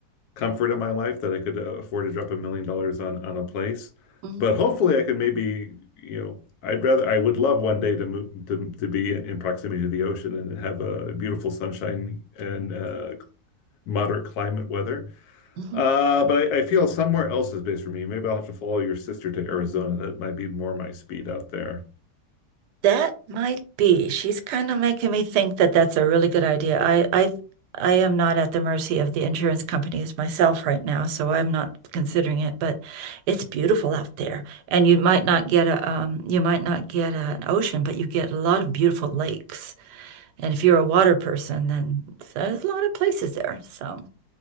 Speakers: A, on the left (about 75°); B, on the right (about 85°).
A: comfort in my life that I could uh, afford to drop a million dollars on on a place.
B: Mhm,
A: But hopefully, I can maybe you know I'd rather I would love one day to move to to be in proximity to the ocean and have a beautiful sunshine and uh, moderate climate weather.
B: mhm.
A: Uh, but I, I feel somewhere else is based for me. Maybe I'll have to follow your sister to Arizona. That might be more my speed out there.
B: That might be. She's kind of making me think that that's a really good idea. I, I, I am not at the mercy of the insurance companies myself right now, so I'm not considering it. But it's beautiful out there, and you might not get a, um, you might not get a, an ocean, but you get a lot of beautiful lakes. And if you're a water person, then there's a lot of places there. So,